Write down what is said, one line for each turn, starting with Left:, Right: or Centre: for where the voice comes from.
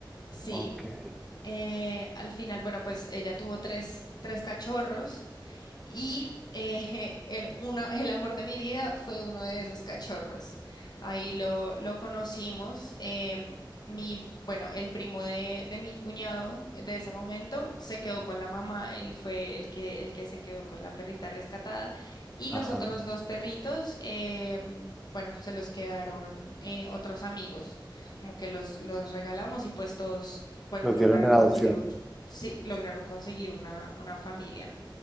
Left: Sí,
Centre: ok,
Left: eh, al final, bueno, pues ella tuvo tres, tres cachorros y eh, <laughs> el, una- el amor de mi vida fue uno de esos cachorros. Ahí lo, lo conocimos. em, mi, bueno, el primo de, de mi cuñado de ese momento se quedó con la mamá. Él fue el que, el que se quedó con la perrita rescatada. Y
Centre: ajá,
Left: los otros dos perritos, em, bueno, se los quedaron eh, otros amigos. Como que los, los regalamos y pues todos, bueno,
Centre: los
Left: lograron
Centre: dieron en
Left: conseguir
Centre: adopción.
Left: un, sí, lograron conseguir una, una familia.